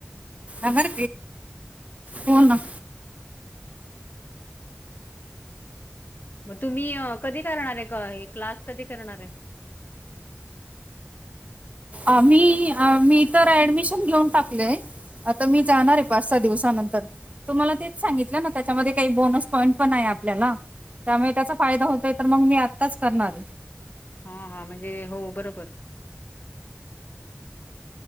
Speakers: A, on the right (about 35°); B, on the left (about 45°).
A: आभार हो ना.
B: मतुम्ही कधी करणार आहे, क हे क्लास कधी करणार आहे.
A: अ मी अ मी तर ऍडमिशन घेऊन टाकलेय. आता मी जाणार आहे, पाच सहा दिवसानंतर. तुम्हाला तेच सांगितलं ना त्याच्यामध्ये काही बोनस पॉईंट पण आहे आपल्याला. त्यामुळे त्याचा फायदा होतोय तर मग मी आत्ताच करणार.
B: हा हा म्हणजे हो बरोबर.